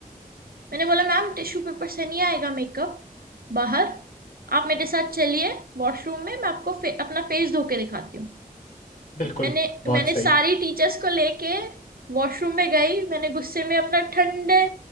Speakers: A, on the right (about 80°); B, on the left (about 65°).
A: मैंने बोला मैम टिश्यू पेपर से नहीं आएगा मेकअप बाहर आप मेरे साथ चलिए वॉशरूम में मैं आपको फे, अपना फेस धो के दिखाती हूँ
B: बिल्कुल
A: मैंने
B: बहुत
A: मैंने
B: सही
A: सारी टीचर्स को लेके वॉशरूम में गई मैंने गुस्से में अपना ठंडे